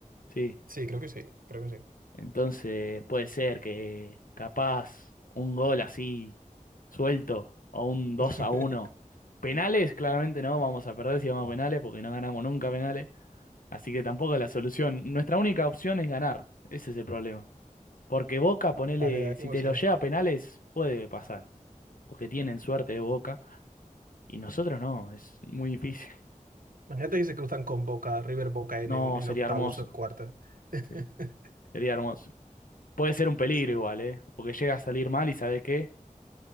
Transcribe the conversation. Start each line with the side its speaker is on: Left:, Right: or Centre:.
Left: Sí.
Right: Sí, creo que sí, creo que sí.
Left: Entonces puede ser que capaz un gol así suelto o un 2
Right: <laughs>
Left: a uno. Penales, claramente no. Vamos a perder si vamos a penales porque no ganamos nunca penales. Así que tampoco es la solución. Nuestra única opción es ganar. Ese es el problema. Porque Boca, ponele,
Right: A ver, a ver
Left: si
Right: cómo
Left: te
Right: se.
Left: lo lleva a penales, puede pasar, porque tienen suerte de Boca, y nosotros no, es muy difícil. <laughs>
Right: Imagínate que se cruzan con Boca, River Boca en,
Left: No,
Right: en, en
Left: sería
Right: octavos
Left: hermoso,
Right: o en cuartos. <laughs>
Left: sería, sería hermoso. Puede ser un peligro
Right: Sí,
Left: igual, ¿eh? Porque llega a salir mal y ¿sabes qué?